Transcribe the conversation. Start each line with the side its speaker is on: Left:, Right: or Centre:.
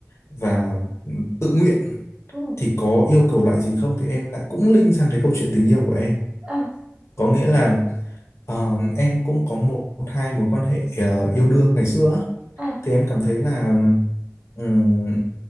Left: và tự nguyện
Right: ừ.
Left: thì có yêu cầu lại gì không thì em lại cũng link sang cái câu chuyện tình yêu của em.
Right: À,
Left: Có nghĩa là Ờ, em cũng có một hai mối quan hệ ờ, yêu đương ngày xưa á.
Right: à,
Left: thì em cảm thấy là ừm,